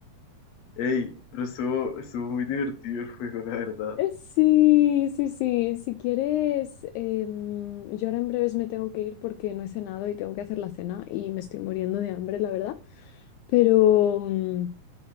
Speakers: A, on the left; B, on the left.
A: Ey, pero estuvo, estuvo muy divertido el juego, la verdad.
B: Eh, Sí, sí, sí. Si quieres, em, yo ahora en breves me tengo que ir porque no he cenado y tengo que hacer la cena y me estoy muriendo de hambre, la verdad. Pero, mm,